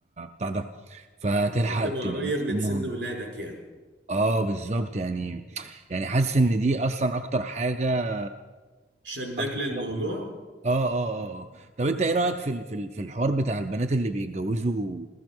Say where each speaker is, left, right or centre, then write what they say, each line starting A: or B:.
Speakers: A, on the right (about 35°); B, on the right (about 85°).
A: بتاع ده فتلحق
B: هتبقى
A: تبقى
B: قريب
A: مستنيهم
B: من سن ولادك يعني
A: اه بالظبط يعني يعني حاسس ان دي اصلا اكتر حاجة
B: شدك
A: اكتر
B: للموضوع
A: حاجه مهمه اه اه اه آه. طب انت ايه رايك في ال- في ال- في الحوار بتاع البنات اللي بيتجوزوا